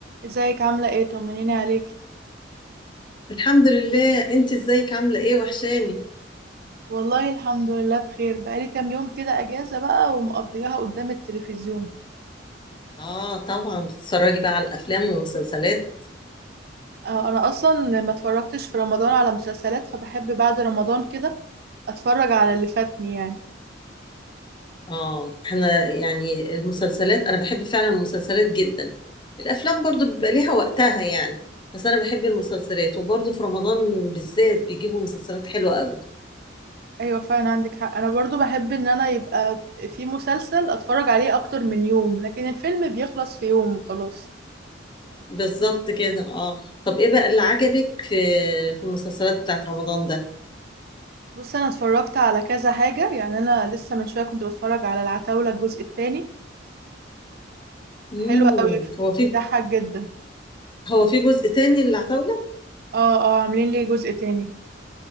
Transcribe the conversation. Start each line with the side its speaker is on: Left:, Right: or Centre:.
Right: ازيك عاملة ايه طمنيني عليكي
Left: الحمد لله انت ازيك عامله ايه وحشاني
Right: والله الحمد لله بخير بقالي كام يوم كده اجازة بقى ومقضيها قدام التلفزيون
Left: اه طبعا بتتفرجي بقى على الافلام والمسلسلات
Right: آه، انا اصلا ما اتفرجتش في رمضان على مسلسلات فبحب بعد رمضان كده اتفرج على اللي فاتني يعني
Left: اه احنا يعني المسلسلات انا بحب فعلا المسلسلات جدا الافلام برضو بيبقى ليها وقتها يعني بس انا بحب المسلسلات وبرضو في رمضان بالذات بيجيبوا مسلسلات حلوه قوي
Right: ايوه فعلا عندك حق انا برضو بحب ان انا يبقى في مسلسل اتفرج عليه اكتر من يوم لكن الفيلم بيخلص في يوم وخلاص
Left: بالظبط كده اه طب ايه بقى اللي عجبك في في المسلسلات بتاعت رمضان ده
Right: بص انا اتفرجت على كذا حاجة يعني انا لسه من شوية كنت بتفرج على العتاولة الجزء التاني
Left: امم
Right: حلو قوي
Left: هو في
Right: بيضحك جدا
Left: هو في جزء تاني للعتاولة
Right: اه اه عاملين ليه جزء تاني